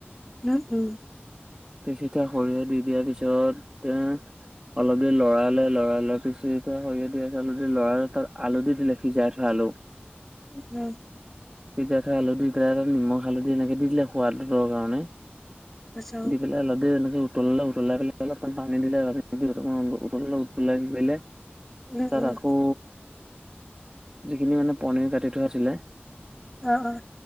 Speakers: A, in the centre; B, on the right.
A: উম উম
B: পিচি থোৱা সৰিয়হ দি দিয়াৰ পিছত এ অলপ দেৰি লৰালে লৰাই লোৱাৰ পিছত সৰিয়হ দি সেইখনে দি অলপমান লৰালে তাত আলু দি দিলে সিজাই থোৱা আলু। <inaudible>
A: উম
B: সিজাই থোৱা আলু দি পেলাই নিমখ হালধি এনেকে দি দিলে সোৱাদটোৰ কাৰণে
A: তাৰপিছত
B: দি পেলাই অল প দেৰি এনেকে উতলিলে উতলাই পেলাই অলপ মান পানী দিলে, তাতে উতলোতে উতলাই কি কৰিলে
A: উম
B: তাত
A: উম
B: আকৌ যিখিনি মানে পনীৰ কাটি থোৱা আছিলে
A: অঁ অঁ।